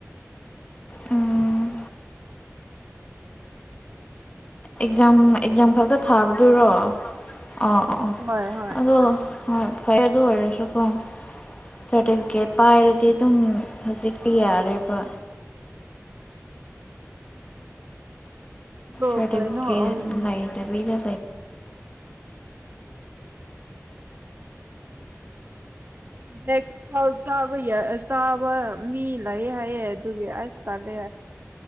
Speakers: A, on the left (about 25°); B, on the right (about 40°).
A: ꯎꯝ ꯑꯦꯛꯖꯥꯝ ꯑꯦꯛꯖꯥꯝ ꯈꯛꯇ ꯊꯥꯕꯗꯨꯔꯣ ꯑꯣ ꯑꯣ
B: ꯍꯣꯏ ꯍꯣꯏ
A: ꯑꯗꯣ ꯍꯣꯏ ꯐꯩ ꯑꯗꯨ ꯑꯣꯏꯔꯁꯨꯀꯣ ꯁ꯭ꯔꯇꯤꯐꯤꯀꯦꯠ ꯄꯥꯏꯔꯗꯤ ꯑꯗꯨꯝ ꯍꯧꯖꯤꯛꯇꯤ ꯌꯥꯔꯦꯕ
B: ꯑꯗꯣ
A: ꯁ꯭ꯔꯇꯤꯐꯤꯀꯦꯠ
B: ꯀꯩꯅꯣ ꯎꯝ
A: ꯂꯩꯗꯕꯤꯗ
B: ꯕꯦꯛ <unintelligible> ꯆꯥꯕ ꯃꯤ ꯂꯩꯌꯦ ꯍꯥꯏꯌꯦ ꯑꯗꯨꯒꯤ ꯑꯁ ꯇꯥꯜꯂꯦ